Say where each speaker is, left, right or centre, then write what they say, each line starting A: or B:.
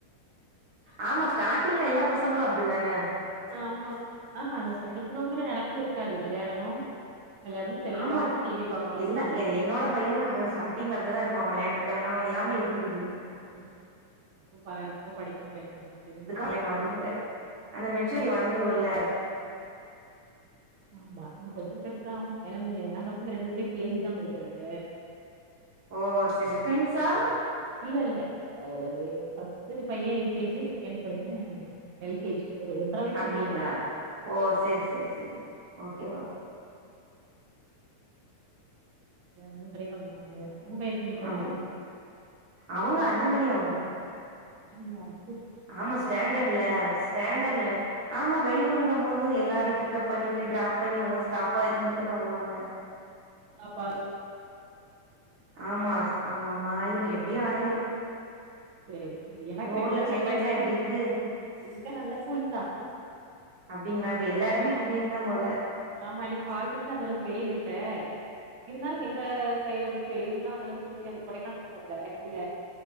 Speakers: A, on the right; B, on the right.
A: ஆமா ஸ்டார்டிங்ல எல்லா பசங்களு அப்டிதான
B: ஆமா ஆஹா இவ படிக்கணுங்கிற நெனப்பே இருக்காது வெளையாடணு வெளையாடணு செல்லு
A: ஆமா
B: பாக்கணு டிவி பாக்கணு
A: இல்ல
B: இதுதா
A: எ என்னோட பையனுமே அப்டிதா ஸ்டார்டிங்ல அப்டிதா இருப்பா வெளையட்டு தானே எல்லாமே இருந்துது
B: ஆனா இப்போ பா இப்போ படிக்ககினுங்குற என்னோ வந்துருச்சு <inaudible>
A: வுங்களே மாறிவங்க அந்த மெச்சூரி வந்துருல்ல
B: ஆமா இன்னு கொஞ்ச பெருசாவுணு எனங்கு ஏ பசங்க ரெண்டு பேருமே கே ஜி தா படிக்கிறாங்க
A: ஓ செரி ட்வின்ஸா
B: இல்லல்ல அ ஒரு ஃபஸ்ட்டு பையே யு கே ஜி செகண்ட்டு பையே எல் கே ஜி ஒரு ஒன்றரை வயசு
A: அப்டிங்ளா
B: டிஃப்ரெண்ட்
A: ஓ செரி செரி செரி ஓகே ஓகே
B: <inaudible> மூன்றக்கி வந்துருவாங்க உங்க பைய எத்தன மணிக்கு வருவா
A: அப்டிங் அவுங்க அஞ்சு மணி ஆகு
B: அஞ்சு மணியாகு சீஸ்
A: ஆமா ஸ்டாண்டட்ல ஸ்டாண்டட்ல ஆமா வெளியூருங் போது எல்லாரையு பிக்கப் பண்ணிட்டு டிராப் பண்ணி ஓவ்வொரு ஸ்டாப்பா ஏத்து முட்டித்தான வருவாங்க
B: ஸ்டாப்பா
A: ஆமா ஆமா ஆமா ஆயிரு எப்டியு ஆயிரு
B: சேரி செரி எனக்கு
A: உங்க
B: ரெண்டு
A: ஊர்ல
B: பசங்களுக்கு
A: கிளைமேட்லா எப்டி இருக்கு
B: இங்க நல்ல கூலிங்தா
A: அப்டிங்ளா இப்ப எல்லா எடமே கூலிங்தா போல
B: ஆமா இன்னிக் காலேருந்து அந்தளவுக் வெயில் இல்ல இருந்தாலு எங்க சைடு வந்துட்டு வெயில் இருந்தா அந்தளவுக்கு தெரியாது கொடைக்கானல் பக்கத்துல கீழ